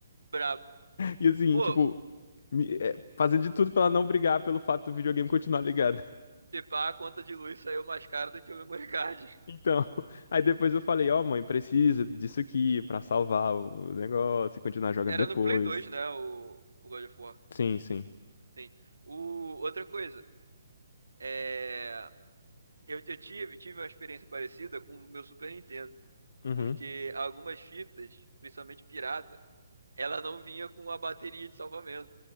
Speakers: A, on the right; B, on the left.
A: Brabo.
B: E assim,
A: Pô,
B: tipo,
A: o-
B: me- é, fazendo de tudo pra ela não brigar pelo fato do videogame continuar ligado.
A: se pá, a conta de luz saiu mais cara do que o memory card. <laughs>
B: Então, <laughs> aí depois eu falei, ó, mãe, precisa disso aqui pra salvar o negócio e continuar jogando
A: Era
B: depois.
A: no Play 2, né? O, o God of War.
B: Sim, sim.
A: Sim. O, outra coisa. É, eu, eu tive, tive uma experiência parecida com o meu Super Nintendo.
B: Uhum.
A: Porque algumas fitas, principalmente pirata, ela não vinha com a bateria de salvamento.